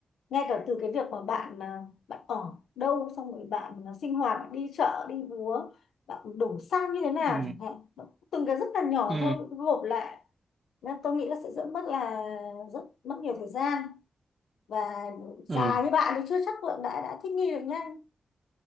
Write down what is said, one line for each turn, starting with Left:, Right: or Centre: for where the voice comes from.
Left: ngay cả từ cái việc mà bạn à, bạn ở đâu xong rồi bạn ờ, sinh hoạt bạn đi chợ đi búa bạn đổ xăng như thế nào
Right: ừ
Left: chẳng hạn từng cái rất là nhỏ
Right: ừ
Left: thôi gộp lại nên tôi nghĩ là sẽ rất mất là rất mất nhiều thời gian và già
Right: ừ
Left: như bạn thì chưa chắc là đã đã thích nghi được nhanh